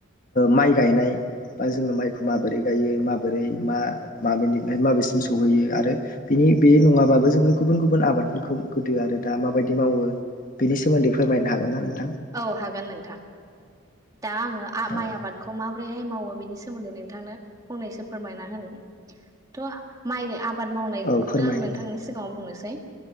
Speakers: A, on the left; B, on the right.
A: माइ गायनाय बा जोङो माइखौ माबोरै गायो <unintelligible> बोरै मा‌ <inaudible> माबसिम सैयो आरो बिनि बे नङाबाबो जोङो गुबुन गुबुन आबाद गोदो आरो दा मााबायदि मावो बेनि सोमोन्दै फोरमायनो हागोनना नों
B: औ हागोन नोंथां दा आङो
A: औ
B: माइ आबादखौ माबोरैहाय मावो बिनि सोमोन्दै नोंथांनो फंनैसो फोरमायना होनि थ' माइ आबाद मावनायखौनो
A: औ फोरमायदो
B: आं नोंथांनि सिगाङाव बुंनोसै